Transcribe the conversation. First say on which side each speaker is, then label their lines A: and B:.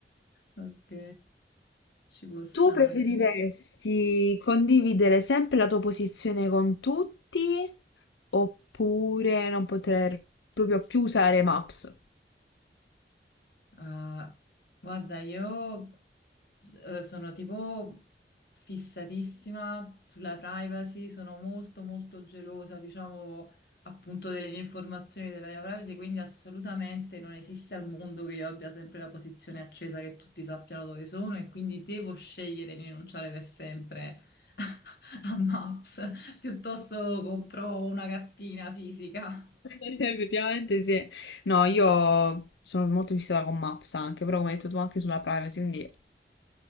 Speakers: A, on the left (about 60°); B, on the left (about 80°).
A: Ok, ci può stare.
B: Tu preferiresti condividere sempre la tua posizione con tutti oppure non poter proprio più usare Maps?
A: Ah, guarda, io eh, sono tipo fissatissima sulla privacy, sono molto molto gelosa, diciamo, appunto delle mie informazioni, della mia privacy, quindi assolutamente non esiste al mondo che io abbia sempre la posizione accesa che tutti sappiano dove sono e quindi devo scegliere di rinunciare per sempre <laughs> a Maps, piuttosto compro una cartina fisica.
B: <laughs> Effettivamente sì. No, io sono molto fissata con Maps anche, però come hai detto tu anche sulla privacy, quindi